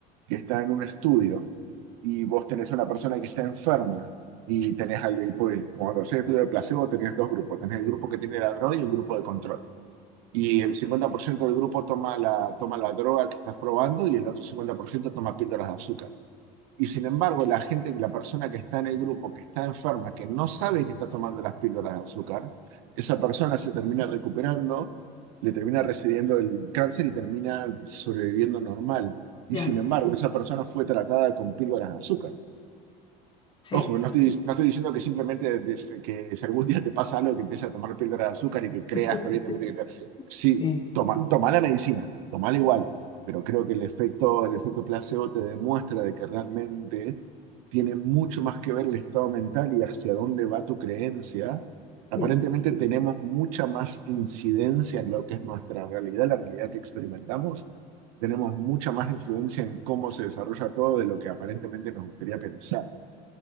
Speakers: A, on the right; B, on the left.
A: que está en un estudio y vos tenés a una persona que está enferma y tenés al y pues, como lo sé, tú de placebo tenés dos grupos, tenés el grupo que tiene la droga y un grupo de control. Y el 50% del grupo toma la, toma la droga que estás probando y el otro 50% toma píldoras de azúcar. Y sin embargo, la gente, la persona que está en el grupo, que está enferma, que no sabe que está tomando las píldoras de azúcar, esa persona se termina recuperando, le termina recibiendo el cáncer y termina sobreviviendo normal. Y
B: ya,
A: sin embargo, esa persona fue tratada con píldoras de azúcar.
B: sí,
A: Ojo, no estoy, no estoy diciendo que simplemente desde que si algún día te pasa algo que empiezas a tomar píldora de azúcar y que creas
B: <laughs>
A: fervientemente que te... Sí,
B: sí,
A: toma, toma la medicina, tomala igual, pero creo que el efecto, el efecto placebo te demuestra de que realmente tiene mucho más que ver el estado mental y hacia dónde va tu creencia. Aparentemente
B: sí.
A: tenemos mucha más incidencia en lo que es nuestra realidad, la realidad que experimentamos. Tenemos mucha más influencia en cómo se desarrolla todo de lo que aparentemente nos gustaría pensar.